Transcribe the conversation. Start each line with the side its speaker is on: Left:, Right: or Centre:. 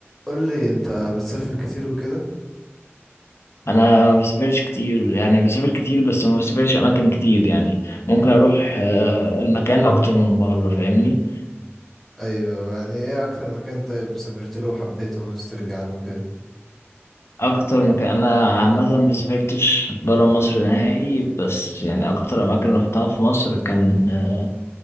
Centre: قول لي انت بتسافر كتير وكده
Left: انا ما بسافرش كتير يعني بسافر كتير بس ما بسافرش اماكن كتير يعني ممكن اروح آه، المكان اكتر من مره فاهمني
Centre: ايوه يعني ايه اكتر مكان طيب سافرت له وحبيته ونفسي ترجع له وكده
Left: اكتر مكان انا عامه ما سافرتش بره مصر نهائي بس يعني اكتر اماكن رحتها في مصر كان آه،